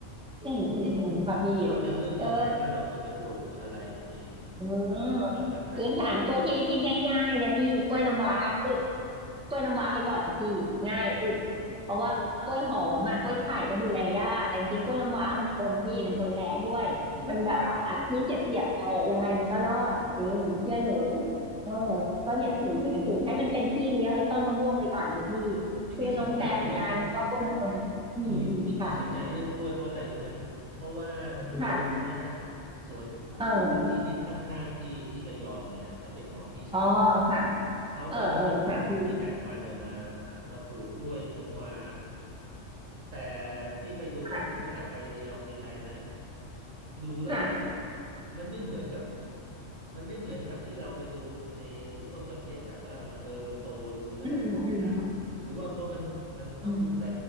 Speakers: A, in the centre; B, on the right.
A: อืมอืมอืมค่ะพี่
B: แล้วเราจะเลือกยังไงว่าเราควรจะปลูกอะไรใน
A: เอออืม
B: กล้วยพันธุ์ไหนอะ
A: พื้นฐานกล้วยที่ที่ง่ายๆนะพี่กล้วยน้ำว้าอึดกล้วยน้ำว้าไปก่อนเลยพี่ง่ายอึดเพราะว่ากล้วยหอมอะกล้วยไข่ก็ดูแลยากแต่จริงๆกล้วยน้ำว้ามันทนพี่มันทนแรงด้วยมันแบบว่าพี่เจ็บเสียบไปอะยังไงมันก็รอดจริงเชื่อหนู
B: อืมเออ
A: เออก็เนี่ยถึงถึงถึงให้มันเป็นพี่เลี้ยงไอ้ต้นมะม่วงไปก่อนเลยพี่
B: ที่พี่สนใจเรื่อง
A: คือลงแซมกันเพราะว่ากล้วยมันทนอืมอืมค่ะ
B: อืมที่พี่สนใจเรื่องกล้วยเพราะอะไรรู้ไหมเพราะว่าปัจจุบันนี้เนี่ย
A: ค่ะ
B: สวน
A: เออ
B: สวนที่ดินข้างๆพี่ที่ระยองเนี่ยก็เป็นของพี่ชาย
A: อ๋อค่ะ
B: เขาก็มีส่วนหนึ่งที่แบ่งปันออกมามามาปลูกกล้วยน้ำว้า
A: เออเออค่ะพี่
B: แต่พี่ไปดูของเขาเวลาไประยองทีไรนะ
A: ค่ะ
B: ดูแล้วแบบ
A: ค่ะ
B: มันไม่เหมือนกับมันไม่เหมือนกับที่เราไปดูในซูเปอร์มาร์เก็ตอะว่ามันเออมันโตดูน่าทานหรือว่าเพราะมันมันต้องดูแล
A: อืมอืมอืม